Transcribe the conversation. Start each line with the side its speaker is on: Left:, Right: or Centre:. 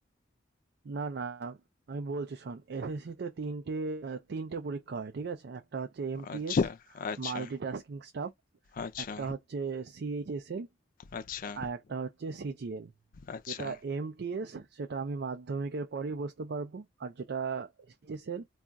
Right: না, না। আমি বলছি শোন। SSC তে ৩ টে আ ৩ টে পরীক্ষা হয়, ঠিক আছে? একটা হচ্ছে MTS
Left: আচ্ছা আচ্ছা
Right: Multitasking Staff,
Left: আচ্ছা
Right: একটা হচ্ছে CHSL
Left: আচ্ছা
Right: আর একটা হচ্ছে CGL।
Left: আচ্ছা
Right: যেটা MTS সেটা আমি মাধ্যমিকের পরেই বসতে পারবো। আর যেটা CHSL